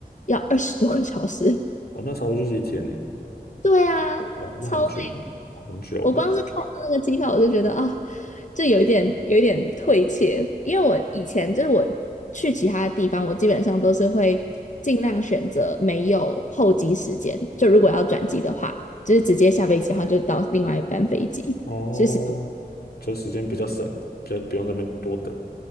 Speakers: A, on the left; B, on the left.
A: 要二十多个小时，
B: 哦，那差不多就是一天呢。
A: 对啊，
B: 哦，那很久，
A: 超累。
B: 很久诶。
A: 我光是看到那个机票，我就觉得啊，就有一点有一点退怯，因为我以前就是我去其他地方，我基本上都是会尽量选择没有候机时间，就如果要转机的话，就是直接下飞机，然后就到另外一班飞机。
B: 哦，哦，
A: 其实，
B: 就时间比较省，比较不用在那边多等。